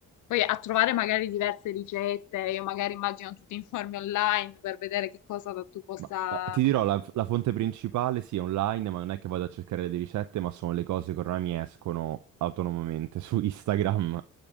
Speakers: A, on the left; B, on the right.
A: Poi a trovare magari diverse ricette, io magari immagino tu ti informi online per vedere che cosa tu possa...
B: Ma eh, ti dirò, la, la fonte principale sì, è online, ma non è che vado a cercare le ricette, ma sono le cose che ormai mi escono autonomamente su Instagram.